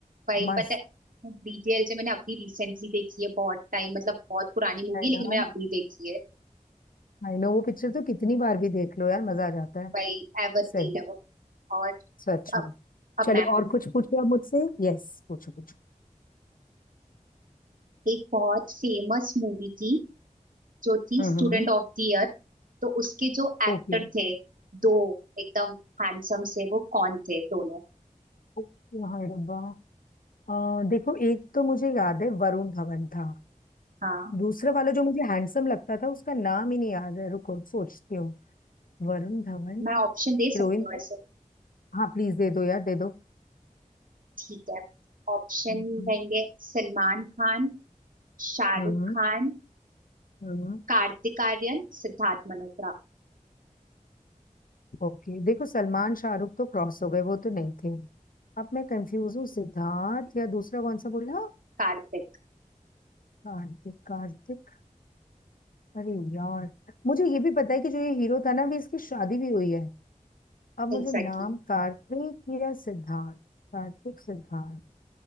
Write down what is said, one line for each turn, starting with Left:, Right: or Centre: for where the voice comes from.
Right: भाई
Left: मस्त
Right: पता है डीटेल से मैंने अभी रिसेंटली देखी है बहुत टाइम मतलब बहुत पुरानी मूवी
Left: है
Right: है लेकिन
Left: ना
Right: मैंने अभी देखी है
Left: आई नो वो पिक्चर तो कितनी बार भी देख लो यार मजा आ जाता है
Right: भाई एवरग्रीन
Left: सही
Right: है वो और
Left: सच
Right: अब
Left: में
Right: अब
Left: चलो
Right: मैं आपको
Left: और कुछ पूछिए आप मुझसे यस पूछो पूछो
Right: एक बहुत फेमस मूवी थी जो थी
Left: हम्म
Right: स्टूडेंट ऑफ द ईयर तो उसके जो एक्टर
Left: Okay
Right: थे दो एकदम हैंडसम से वो कौन थे दोनों
Left: okay हड़ब्बा अ, देखो एक तो मुझे याद है वरुण धवन था
Right: हाँ
Left: दूसरा वाला जो मुझे हैंडसम लगता था उसका नाम ही नहीं याद है रुको सोचती हूँ वरुण धवन
Right: मैं ऑप्शन
Left: हीरोइन
Right: दे सकती हूँ
Left: तो
Right: वैसे
Left: हाँ प्लीज दे दो यार दे दो
Right: ठीक है ऑप्शन
Left: हम्म
Right: रहेंगे सलमान खान शाहरुख
Left: हम्म
Right: खान
Left: हम्म,
Right: कार्तिक आर्यन सिद्धार्थ मल्होत्रा
Left: ओके देखो सलमान शाहरुख तो क्रॉस हो गए वो तो नहीं थे अब मैं कंफ्यूज हूँ सिद्धार्थ या दूसरा कौन सा बोला
Right: कार्तिक
Left: कार्तिक कार्तिक अरे यार मुझे ये भी पता है कि जो ये हीरो था ना अभी इसकी शादी भी हुई है अब मुझे
Right: एग्जैक्टली
Left: नाम कार्तिक या सिद्धार्थ कार्तिक सिद्धार्थ